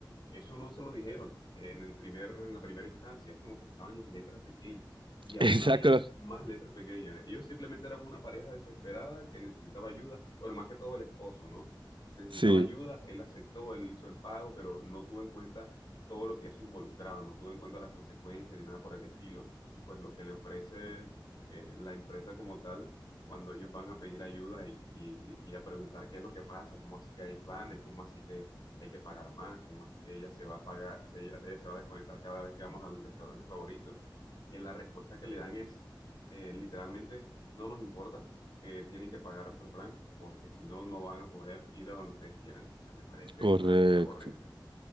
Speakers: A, on the left; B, on the right.
A: eso no se lo dijeron en el primer, en la primera instancia, es como que estaban las letras pequeñas y aún
B: <laughs> Exacto.
A: había más letras pequeñas. Ellos simplemente eran una pareja desesperada que necesitaba ayuda, bueno, más que todo el esposo, ¿no? Necesitaba
B: Sí,
A: ayuda, él aceptó, él hizo el pago, pero no tuvo en cuenta todo lo que eso involucraba, no tuvo en cuenta las consecuencias ni nada por el estilo. Y pues lo que le ofrece eh, la empresa como tal cuando ellos van a pedir ayuda y, y- y a preguntar qué es lo que pasa, cómo así que hay planes, cómo así que hay que pagar más, cómo así que ella se va a pagar, se- ella, ella se va a desconectar cada vez que vamos al restaurante favorito. Eh, la respuesta que le dan es eh, literalmente no nos importa, eh, tienen que pagar otro plan porque si no, no van a poder ir a donde ustedes quieran. O sea, me parece
B: correcto.
A: una cosa horrible.